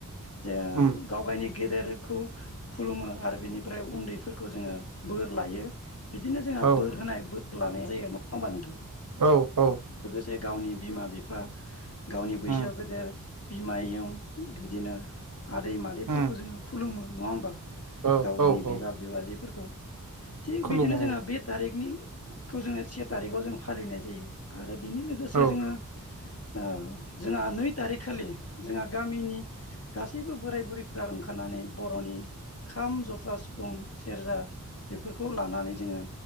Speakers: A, on the left; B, on the right.
A: जोङो
B: उम
A: गाव गायनि गेदेरखौ खुलुमो आरो बेनिफ्राय उन्दैफोरखौ जोङो बोर लायो । बिदिनो जोंहा
B: औ
A: बोर होनाय बोर लानाय जायो नङा होमबा नोंथां ।
B: औ औ
A: जे गावनि बिमा बिफा गावनि बैसोआव
B: उम
A: गोदेर बिमायं बिदिनो आदै मादैफोरख
B: उम
A: खुलुमो नङा होमबा
B: औ
A: गाव गायनि
B: औ
A: बिबा
B: औ
A: बिबाजैफोरखौ थिग
B: खुलुमो
A: बिदिनो जोङो बे थारिखनि थु जोङो से थारिखाव जों फालिनाय जायो । आरो बेनि लोगोसे
B: औ
A: जोङो ओ जोंहा नै थारिखखालि जोंहा गामिनि गासैबो बोराय बुरै फ्रा ओंखारनानै बर'नि खाम जथा सिफुं सेरजा बेफोरखौ लानानै जोङो